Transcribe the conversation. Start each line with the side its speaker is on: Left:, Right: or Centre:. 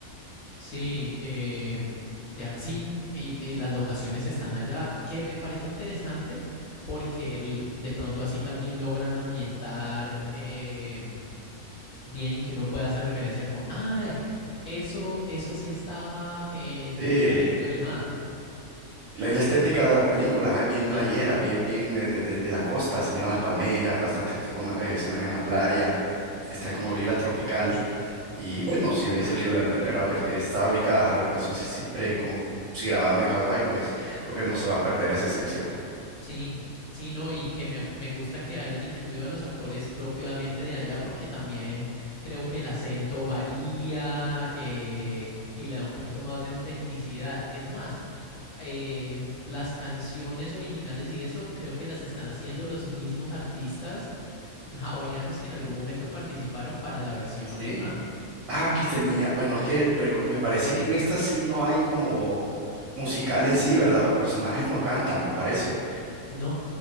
Left: Sí, em, de a- sí, y, y las locaciones están allá, que me parece interesante porque el- de pronto así también logran ambientar em, bien y que uno pueda hacer referencia como, ay, eso, eso sí estaba en,
Right: Sí.
Left: en la película animada.
Right: La, la estética de la película es bien playera,
Left: Ajá.
Right: bien, bien de, de- de- de la costa, se miran las palmeras, bastantes toma- eh, escenas en la playa,
Left: Sí,
Right: está como vibra tropical. Y
Left: sí,
Right: bueno, si
Left: total.
Right: me dices que la, la- la gra- el- está ubicada a la locación, si- siempre como si grabaron en Hawái, pues creo que no se va a perder esa esencia.
Left: Sí, sí, no, y que me, me gusta que hayan incluido a los actores propiamente de allá porque también creo que el acento varía eh, y le da un poquito más de autenticidad. Es más, eh, las canciones originales y eso creo que las están haciendo los mismos artistas hawaianos que en algún momento participaron para la versión
Right: Sí.
Left: animada.
Right: Ah, que tenía, bueno, es que recu- me parece que en esta sí no hay como musical en sí, ¿verdad? Los personajes no cantan, me parece.
Left: No,